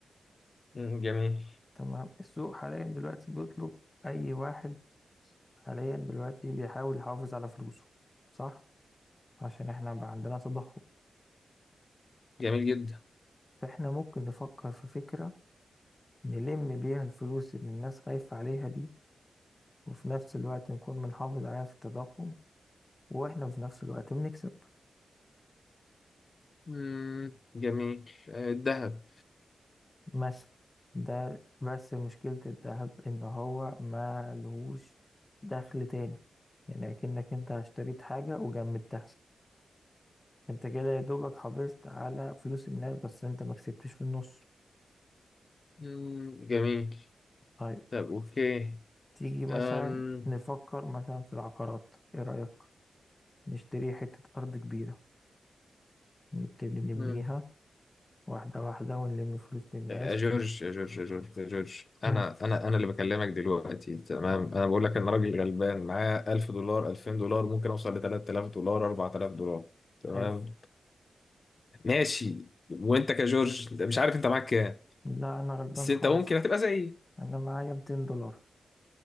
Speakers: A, on the left; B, on the left.
A: مم، جميل
B: تمام السوق حاليا دلوقتي بيطلب اي واحد حاليا دلوقتي بيحاول يحافظ على فلوسه صح عشان احنا بقى عندنا تضخم
A: جميل جدا
B: فاحنا ممكن نفكر في فكرة نلم بيها الفلوس اللي الناس خايفة عليها دي وفي نفس الوقت نكون بنحافظ عليها في التضخم واحنا في نفس الوقت بنكسب
A: مم، جميل آه، الذهب
B: مثلا ده بس مشكلة الذهب إن هو ما لهوش دخل تاني يعني أكنك أنت اشتريت حاجة وجمدتها أنت كده يا دوبك حافظت على فلوس الناس بس أنت ما كسبتش في النص
A: مم، جميل
B: طيب
A: طب اوكي
B: تيجي مثلا
A: أم...
B: نفكر مثلا في العقارات إيه رأيك نشتري حتة أرض كبيرة نبتدي نبنيها
A: مم.
B: واحدة واحدة ونلم فلوس للناس
A: يا جورج يا جورج يا جورج يا جورج انا
B: مم.
A: انا انا اللي بكلمك دلوقتي تمام انا بقول لك ان راجل غلبان معاه 1000 دولار 2000 دولار ممكن اوصل ل 3000 دولار 4000 دولار تمام
B: حلو
A: ماشي وانت كجورج مش عارف انت معاك كام
B: لا أنا غلبان
A: بس انت
B: خالص
A: ممكن هتبقى زيي
B: أنا معايا 200 دولار